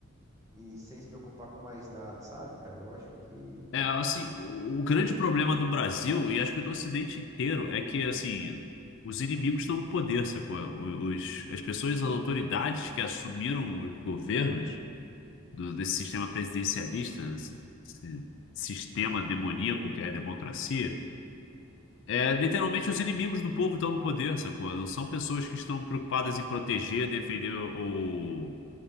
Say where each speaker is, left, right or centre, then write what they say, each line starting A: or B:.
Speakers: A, on the right (about 15°); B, on the left (about 60°).
A: e sem se preocupar com mais nada, sabe, cara? Eu acho que.
B: É, assim, o, o grande problema do Brasil, e acho que do Ocidente inteiro, é que, assim, os inimigos estão no poder, sacou? Os, as pessoas, as autoridades que assumiram os governos do- desse sistema presidencialista, esse, esse sistema demoníaco que é a democracia, É, literalmente os inimigos do povo estão no poder, sacou? Não são pessoas que estão preocupadas em proteger, defender ou,